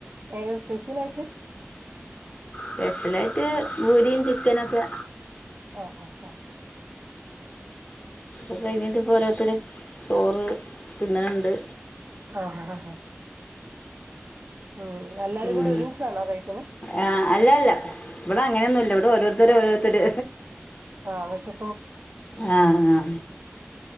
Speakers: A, on the right; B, on the left.
A: ഏസ്പെഷ്യലായിട്ട്
B: സ്പെഷ്യലായിട്ട് പൂരിയും, ചിക്കനൊക്കെ
A: ആഹ് അ ഹ
B: ഒക്കെക്കഴിഞ്ഞിട്ടിപ്പോൾ ഓരോരുത്തരുചോറു തിന്നണുണ്ട്.
A: ആഹ് ആഹ് ആഹ് ഉം എല്ലാരും
B: പിന്നെ
A: കൂടെയൊരുമിച്ചാണോ കഴിക്കുന്നേ
B: ആഹ് അല്ലയല്ല ഇവിട ങ്ങനെയൊന്നുമില്ല. ഇവിടെ ഓരോരുത്തരോരുത്തര്
A: ആ പക്ഷേ
B: ആഹ് ആ